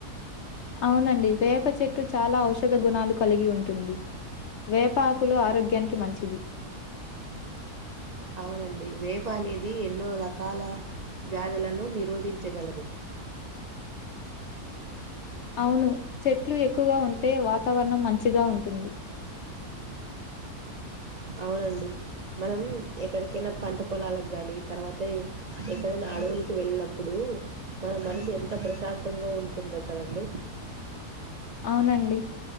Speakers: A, on the left (about 60°); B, on the right (about 65°).
A: అవునండి వేప చెట్టు చాలా ఔషధ గుణాలు కలిగి ఉంటుంది వేప ఆకులు ఆరోగ్యానికి మంచిది
B: అవునండి వేప అనేది ఎన్నో రకాల వ్యాధులను నిరోధించగలదు
A: అవును చెట్లు ఎక్కువగా ఉంటే వాతావరణం మంచిగా ఉంటుంది
B: అవునండి మనం ఎక్కడికైనా పంట పొలాలకు ని తర్వాత ఎక్కడైనా అడవులకి వెళ్ళినప్పుడు మన మనసు ఎంత ప్రశాంతంగా ఉంటుందో కదండి
A: అవునండి